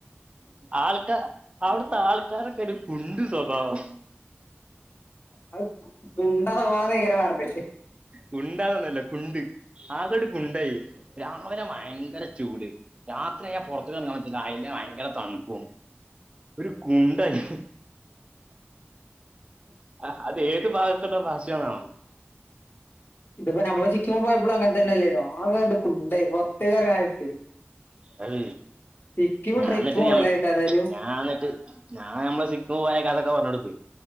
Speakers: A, on the right; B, on the left.
A: ആൾക്ക അവിടുത്തെ ആൾക്കാരൊരു കുണ്ട് സ്വഭാവം
B: അത് കുണ്ട് ആവാതെ ഇങ്ങനെ പറഞ്ഞെ
A: കുണ്ടാന്നൊന്നല്ല കുണ്ട് ആകെയത് കുണ്ടായി രാവിലെ ഭയങ്കര ചൂട് രാത്രിയായ പുറത്ത് ഇറങ്ങാൻ പറ്റത്തില്ല അതിലെ ഭയങ്കര തണ്ണു ഒരു കുണ്ടായി ആ അത് ഏത് ഭാഗത്തെടെ ഭാഷ ആണവോ
B: ഇതിപ്പോ നമ്മള് സിക്കിം പോയപ്പളും അങ്ങനെ തന്നെ അല്ലേന്നോ കുണ്ടേ പെറത്ത് എറങ്ങാൻ
A: അൽ
B: സിക്കിം
A: ഞാൻ
B: ട്രിപ്പ്
A: എന്നിട്ട്
B: മൊതലായിട്ട് ഏതായാലും
A: ഞാൻ എന്നിട്ട് ഞാൻ നമ്മള് സിക്കിം പോയ കഥയൊക്കെ പറഞ്ഞു കൊടുത്തു